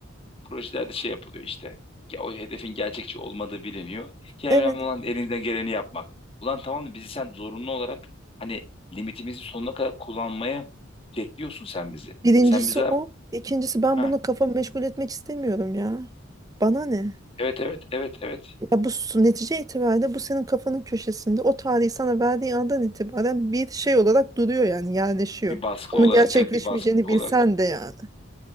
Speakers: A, on the left; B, on the right.
A: projelerde şey yapılıyor işte. Ya o hedefin gerçekçi olmadığı biliniyor. Ya
B: Evet.
A: önemli olan elinden geleni yapmak. Ulan tamam da bizi sen zorunlu olarak hani limitimizi sonuna kadar kullanmaya bekliyorsun sen bizi.
B: Birincisi
A: Sen bizden
B: o. İkincisi ben
A: ha
B: bunu kafamı meşgul etmek istemiyorum ya. Bana ne?
A: evet evet evet evet
B: Ya bu su- netice itibariyle bu senin kafanın köşesinde o tarihi sana verdiği andan itibaren bir şey olarak duruyor yani yerleşiyor.
A: bir baskı
B: Onun
A: olarak
B: gerçekleşmeyeceğini
A: evet bir baskı
B: bilsen
A: olarak
B: de yani.